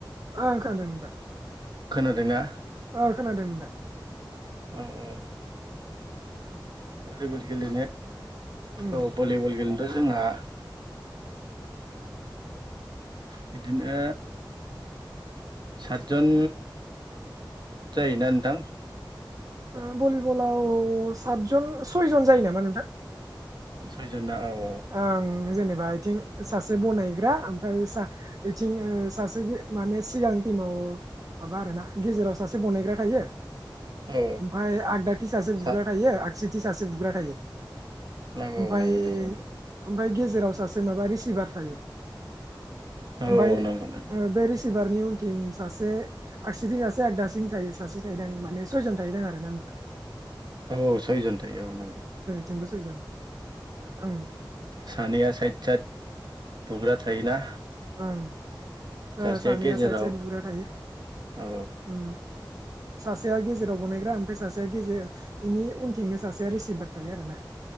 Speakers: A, on the right; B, on the right.
A: ओं खोनादों नोंथां।
B: खोनादों ना?
A: ओ खोनादों नोंथां।
B: औ औ। भलिबल गेलेनो
A: उम
B: औ भलिबल गेलेनोथ जोंहा बिदिनो सातजन जायोना नोंथां?
A: ओ भलिबलाव सातजन सयजन जायो नामा नोंथां
B: सयजना औ औ
A: ओं जेनेबा इथिं सासे बनायग्रा ओमफ्राय एथिंओ सासेगो माने सिगां टिमाव माबा आरोना गेजेराव सासे बनायग्रा थायो
B: औ
A: ओमफाय आगदाथि ससे
B: सात
A: बुग्रा थायो आगसिथि ससे बुग्रा थायो
B: नंगौ
A: ओमफ्राय
B: नोंगौ नंगौ।
A: ओमफ्राय गेजेराव सासे माबा रिसिभार थायो
B: औ
A: ओमफाय
B: औ नंगौ नंगौ
A: ओ बे रिसि बारनि उनथिं सासे आगसिजों सासे आगदासिं थायो सासे थाहैदां माने सयजन थाहैदां आरो ना
B: औ सयजन थायो औ नंगौ
A: थिंबो सयजन ओ
B: सानैया साइद साइद बुग्रा थायोना
A: ओं
B: सासेया
A: ओ सानैया
B: गेजेराव
A: साइड साइड बुग्रा थायो
B: औ
A: सासेया गेजेराव बनायग्रा ओमफ्राय सासेया गेजेर बिनि उनथिंनो सासेया रिसिभार थायो आरोना